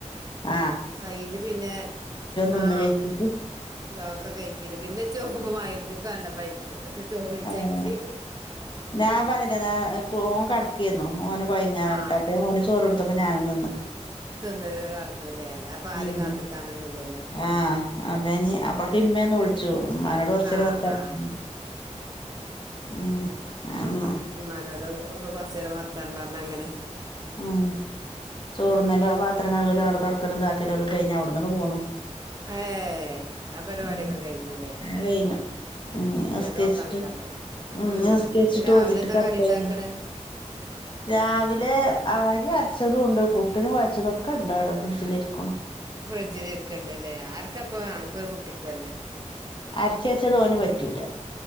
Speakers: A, on the left; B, on the right.
A: അഹ്
B: അയ്ല് പിന്നെ
A: തിന്ന്
B: ആ
A: കഴിച്ചിട്ട്
B: വാക്ക കേറ്റിയരും. പിന്നെ ച്ചോ <unintelligible> <unintelligible> ചോറെ
A: ഏഹ്
B: ചക്കി
A: ഞാൻ പർഞ്ഞില്ലേ നാ ഓൻ കെട്ക്കേന്നു ഓന് കൊയങ്ങ ർഞ്ഞിട്ട്
B: ആ
A: അപ്പഞ ഓന് ചോറൊട് ത്തപ്പം ഞാനും തിന്ന്
B: തിന്ന്ട്ട് കട്ന്നുലേ അല്ല പ്പ ആരിം
A: ഉം
B: കാത്ത്ക്കാനൊന്നുല്ലല്ലോ
A: ആഹ് അപ്പ നാഞ് അപ്പഴൊക്കെ ഇമ്മേ ന്ന് വ്ൾച്ചു മ്മാനോട് കോർച്ചേരം
B: ആഹ്
A: വർത്താനം
B: ആഹ്
A: ഉം ആന്ന്
B: മ്മാനോടും ഒക്കെ കൊർച്ചേരം വർത്താനം പർഞ്ഞങ്ങനെ
A: ഉം ചോറ്ന്നലും ആ പാത്രംകഴുകലും ആടെ തൊട്ക്കലുംതാക്കലൊക്കെ കൈഞ്ഞവ്ട്ന്നാണ്ട് പോന്നു
B: ഏ ആ പരിപാട്യോക്കെ
A: ഉം
B: കഴിഞ്ഞുലേ
A: അത് കഴിഞ്ഞു ഉം നിസ്കരിച്ചിട്ട്
B: ഞ്ഞതോക്കാ നിക്കണ്ടല്ലോ ഉം
A: നിസ്കരിച്ചിട്ട്
B: ഞ് രാവിലെന്താ
A: ഓതീട്ട് കെടക്കായിരുന്നു
B: കടി ണ്ടാക്ക്ണ്
A: രാവിലെ ആര്യര്ച്ചതും ണ്ട് പുട്ടിന് കൊഴച്ചതൊക്കെ ണ്ട് ആടെ ഫ്രിഡ്ജിലിര്ക്കുണു
B: ഫ്രിഡ്ജിലിർക്ക്ണ്ട്ലേ ആർക്കപ്പൊ അൻക്കൊ രു കുട്ടിക്കു അല്ലേ
A: അര്ച്ചെച്ചത് ഓന് പറ്റൂല